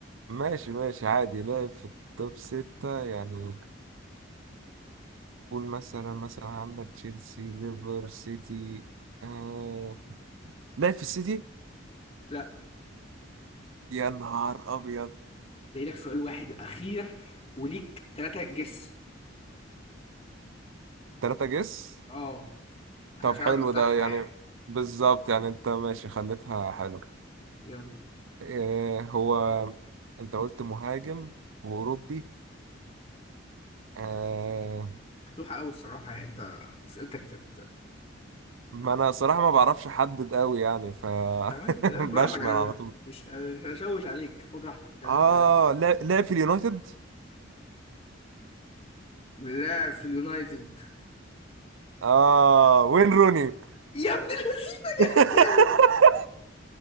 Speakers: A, on the right; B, on the left.
A: ماشي ماشي عادي لعب في التوب ستة يعني قول مثلا مثلا عندك تشيلسي ليفر سيتي آه لعب في السيتي
B: لا
A: يا نهار ابيض
B: بيجي لك سؤال واحد اخير وليك ثلاثه جس
A: تلاتة جس
B: اه ما احنا
A: طب
B: مش
A: حلو
B: هنقعد نفتحها
A: ده يعني
B: يعني
A: بالظبط يعني انت ماشي خليتها حلو
B: يلا
A: إيه هو انت قلت مهاجم واوروبي آه
B: مفتوحه قوي الصراحه يعني انت اسئلتك كانت
A: ما انا صراحة ما بعرفش احدد قوي يعني ف
B: تمام
A: <laughs>
B: تمام براحتك
A: بشمل
B: انا
A: على طول
B: مش مش هشوش عليك خد راحتك آه،
A: اه
B: يلا
A: لعب لعب في اليونايتد
B: لاعب في اليونايتد
A: اه وين روني
B: يا ابن اللذينه
A: <laughs>
B: جامد جامد